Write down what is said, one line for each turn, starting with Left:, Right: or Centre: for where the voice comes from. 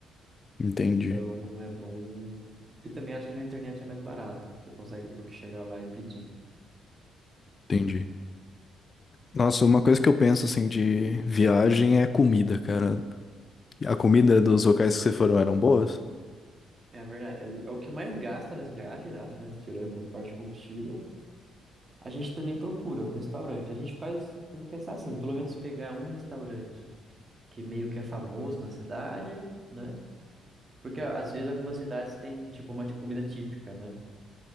Left: entendi,
Right: Então é bom. E também acho que na internet é mais barato, você consegue do que chegar lá e pedir.
Left: entendi. Nossa, uma coisa que eu penso assim de viagem é comida, cara. A comida dos locais que vocês foram eram boas?
Right: É verdade, é o, é o que mais gasta nas viagens, acho, né, tirando parte de combustível. A gente também procura um restaurante. A gente faz, tenta pensar assim, pelo menos pegar um restaurante que meio que é famoso na cidade, né? Porque ó, às vezes algumas cidades têm tipo uma ti- comida típica, né?